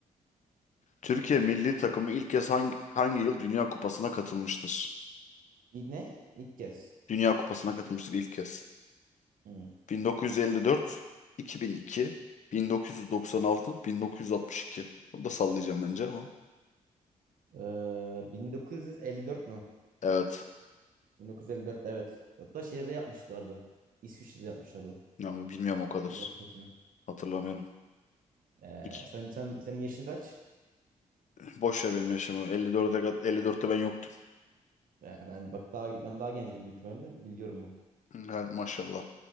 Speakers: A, on the left; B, on the right.
A: Türkiye milli takımı ilk kez hangi, hangi yıl Dünya Kupası'na katılmıştır?
B: İlk ne? İlk kez.
A: Dünya Kupası'na katılmıştır ilk kez.
B: Hmm.
A: 1954, 2002, 1996, 1962. Bunu da sallayacağım bence ama.
B: Ee, 1954 mü?
A: Evet.
B: 1954'te evet. Hatta şeyde de yapmışlardı. İsviçre'de yapmışlardı.
A: Ama bilmiyorum o kadar.
B: Dünya Kupası'nı.
A: Hatırlamıyorum.
B: Ee,
A: İki,
B: sen, sen, senin yaşın kaç?
A: boş ver benim yaşımı. 54'e, kat- 54'te ben yoktum.
B: Ee, ben bak daha ben daha gencim büyük ihtimalle. Biliyorum bak.
A: Yani maşallah.